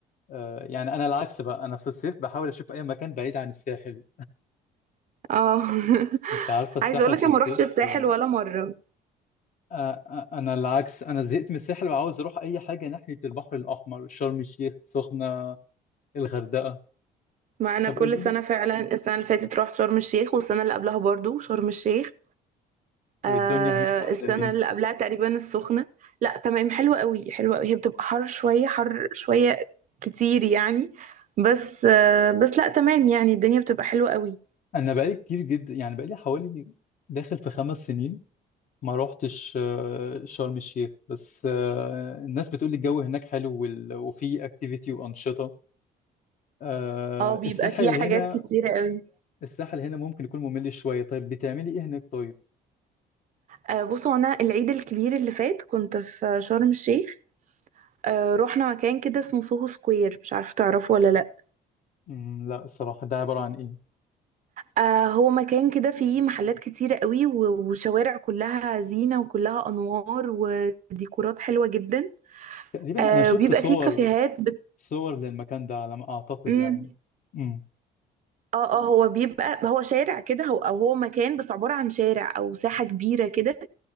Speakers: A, on the left; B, on the right.
A: آه، يعني انا العكس بقى انا في الصيف بحاول اشوف اي مكان بعيد عن الساحل
B: اه <laughs>
A: انت عارفة الساحل
B: عايز اقولك
A: في
B: انا
A: الصيف
B: ما روحتش الساحل
A: آه،
B: ولا مره
A: آه، انا العكس انا زهقت من الساحل وعاوز اروح اي حاجه ناحيه البحر الاحمر شرم الشيخ سخنه الغردقه
B: مع انا
A: طب
B: كل
A: قولي
B: سنه
A: لي
B: فعلا السنه اللي فاتت رحت شرم الشيخ والسنه اللي قبلها برضو شرم الشيخ
A: والدنيا
B: آه
A: هناك عامله
B: السنة
A: ايه
B: اللي قبلها تقريبا السخنة لا تمام حلوة قوي حلوة قوي هي بتبقى حر شوية حر شوية كتير يعني بس آه بس لا تمام يعني الدنيا بتبقى حلوة قوي
A: انا بقالي كتير جدا يعني بقالي حوالي داخل في خمس سنين ما روحتش آه، شرم الشيخ بس آه، الناس بتقول لي الجو هناك حلو وال- وفي اكتيفيتي وانشطه آه،
B: اه بيبقى
A: الساحل
B: فيها حاجات
A: هنا
B: كتيرة قوي
A: الساحل هنا ممكن يكون ممل شويه طيب بتعملي ايه هناك طيب
B: آه بصوا انا العيد الكبير اللي فات كنت في شرم الشيخ آه رحنا مكان كده اسمه سوهو سكوير مش عارفة تعرفه ولا لا
A: مم، لا الصراحه ده عباره عن ايه
B: آه هو مكان كده فيه محلات كتيرة قوي و- وشوارع كلها زينة وكلها أنوار وديكورات حلوة جدا
A: تقريبا
B: آه
A: انا شفت
B: وبيبقى
A: صور
B: فيه كافيهات
A: صور للمكان ده على ما أعتقد
B: امم
A: يعني امم
B: اه اه هو بيبقى هو شارع كده هو او هو مكان بس عبارة عن شارع او ساحة كبيرة كده